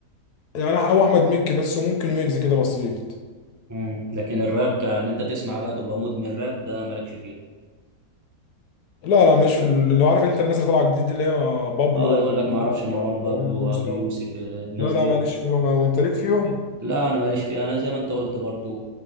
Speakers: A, on the left; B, on the right.
A: يعني هو احمد مكي بس وممكن ويجز كده بسيط
B: مم. لكن الراب كأن أنت تسمع بقى تبقى مدمن راب ده مالكش فيه
A: لا لا مش في ال- اللي هو عارف انت الناس اللي طالعه جديد اللي هي بابلو
B: اه
A: وموسى
B: يقول لك ما اعرفش مروان بابلو
A: ومروان
B: وابو
A: موسى
B: يوسف
A: و...
B: الناس
A: لا لا
B: دي
A: ماليش فيهم اوي انت ليك فيهم
B: لا انا ماليش فيها انا زي ما انت قلت برضو